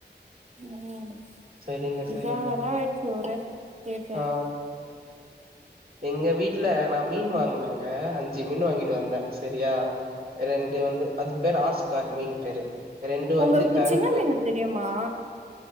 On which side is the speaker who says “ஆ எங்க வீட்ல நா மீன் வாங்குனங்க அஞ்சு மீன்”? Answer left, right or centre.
Right